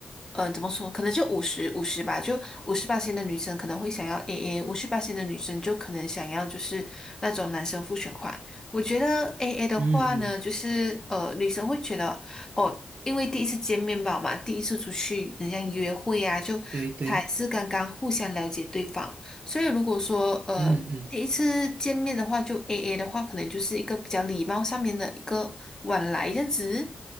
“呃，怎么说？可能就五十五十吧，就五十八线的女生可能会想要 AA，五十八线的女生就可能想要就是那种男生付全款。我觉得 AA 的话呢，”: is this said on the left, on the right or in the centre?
Left